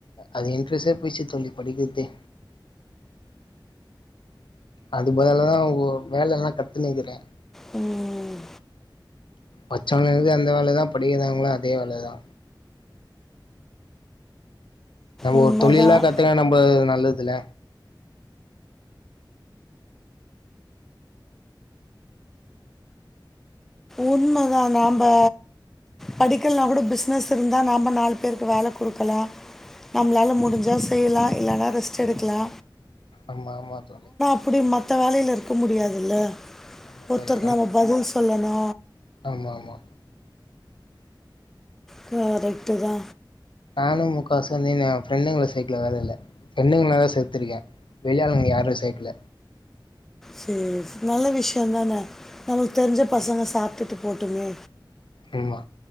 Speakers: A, on the left (about 80°); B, in the centre.
A: அது இன்க்ட்ரஸே போயிச்சு தோழி படிக்றதே அது பதில்லா தா ஒ வேலல்லா கத்துனுருக்குறே
B: ம்
A: பச்சவனுக்கு அந்த வேலதா படிக்காதவனுக்கு அதே வேலதா நம்ம
B: உண்மைதான்
A: ஒரு தொழில்லா கத்துக்க நம்ம நல்லதுல
B: உண்மயாதாம்பா படிக்கலனா கூட பிசினஸ் இருந்தா நாம நாலு பேருக்கு வேல குடுக்கலா நம்மளால முடிஞ்சா செய்யலா இல்லனா ரெஸ்ட் எடுக்கலா
A: ஆமா ஆமா தோழி
B: இப்டி மத்த வேலைல இருக்க முடியாதுல்ல
A: ஆமா
B: ஒருத்தருக்கு
A: தோழி
B: நம்ம பதில் சொல்லணு
A: ஆமா ஆமா
B: கரெக்ட்டுதா
A: நானு முக்கா வாசி வந்து என்ஃப்ரெண்டுங்கள சேக்கல வேலயில ஃப்ரெண்டுங்க <unintelligible> சேத்திருக்கே வெளியாளுங்க யாரு சேக்கள
B: சேரி நல்ல விஷயந் தானே நம்ளுக்கு தெரிஞ்ச பசங்க சாப்டுட்டு போட்டுமே
A: ஆமா